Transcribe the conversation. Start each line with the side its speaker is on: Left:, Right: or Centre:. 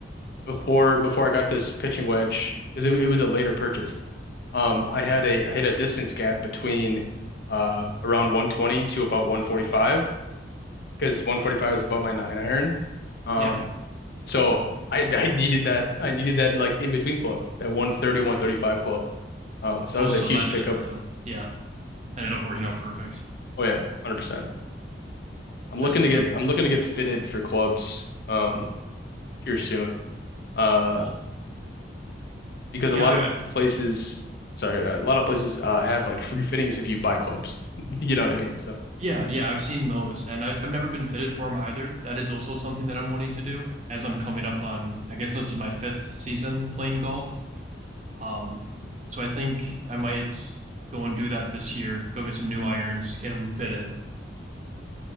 Left: before before I got this pitching wedge because it, it was a later purchase. Um, I had a I had a distance gap between uh around 120 to about 145 because 145 is about my nine iron. Um,
Right: Yeah.
Left: so I I needed that I needed that like in between club that one thirty one thirty five club. Um, so
Right: Oh,
Left: that was
Right: so
Left: a huge
Right: that just
Left: pickup.
Right: worked out. Yeah. Ended up working out perfect.
Left: Oh yeah, 100%. I'm looking
Right: That's great.
Left: to get I'm looking to get fitted for clubs um here soon. Uh,
Right: Oh,
Left: because
Right: yeah.
Left: a lot of places, sorry, a lot of places uh have like free fittings if you buy clubs. <laughs> You know what I mean? So.
Right: Yeah, yeah, I've seen those, and I, I've never been fitted for them either. That is also something that I'm wanting to do as I'm coming up on, I guess this is my fifth season playing golf. Um, so I think I might go and do that this year, go get some new irons, get them fitted.